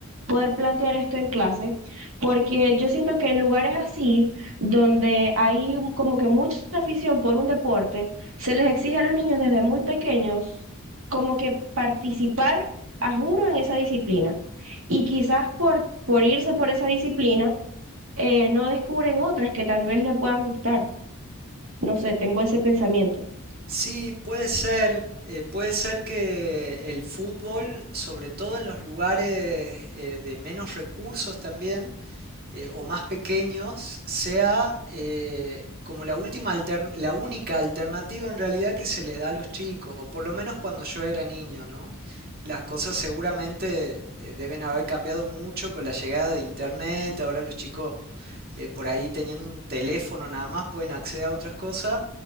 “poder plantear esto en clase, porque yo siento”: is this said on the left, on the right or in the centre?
Right